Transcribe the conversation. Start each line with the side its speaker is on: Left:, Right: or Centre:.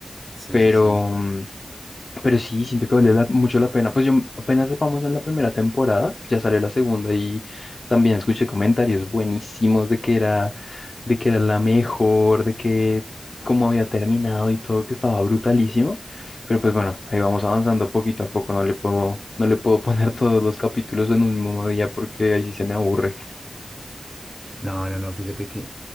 Centre: Sí,
Left: Pero,
Centre: sí, sí.
Left: mm, pero sí, siento que vale la- mucho la pena. Pues yo apenas vamos en la primera temporada, ya salió la segunda y también escuché comentarios buenísimos de que era, de que era la mejor, de que cómo había terminado y todo, que estaba brutalísimo. Pero pues bueno, ahí vamos avanzando poquito a poco. No le puedo, no le puedo <laughs> poner todos los capítulos en un mismo día porque ahí sí se me aburre.
Centre: No, no, no, fíjate que